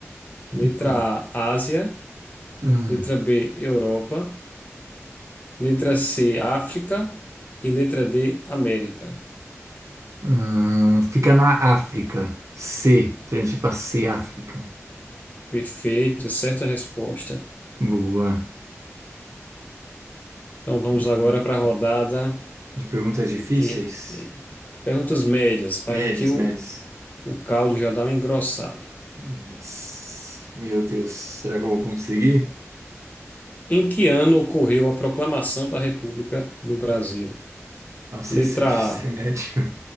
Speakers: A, on the left (about 35°); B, on the right (about 75°).
A: Letra
B: Ícone.
A: A, Ásia.
B: Hum,
A: Letra B, Europa. Letra C, África. E letra D, América.
B: hum, fica na África. C. Alternativa C, África.
A: Perfeito, certa resposta.
B: Boa.
A: Então vamos
B: Hum.
A: agora para a rodada
B: de perguntas
A: em
B: difíceis,
A: que eh, perguntas médias,
B: médias,
A: mas aqui o,
B: médias.
A: o caldo já dá uma engrossada.
B: Nossa, meu Deus, será que eu vou conseguir?
A: Em que ano ocorreu a proclamação da República no Brasil?
B: Nossa,
A: Letra
B: esse, esse
A: A,
B: é médio.